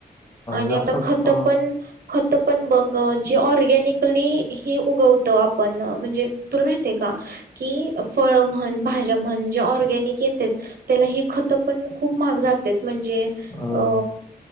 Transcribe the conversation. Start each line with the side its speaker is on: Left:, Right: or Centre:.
Right: आणि
Left: जास्त
Right: आता
Left: हम्म
Right: खत पण खतं पण बघ, अ जी ऑर्गॅनिकली ही उगवतो आपण. म्हणजे तुला माहेतेय का? की, फळ म्हण, भाज्या म्हण. ज्या ऑर्गॅनिक येतेत त्याला हे खतं पण, खूप महाग जातेत. म्हणजे
Left: हम्म
Right: अ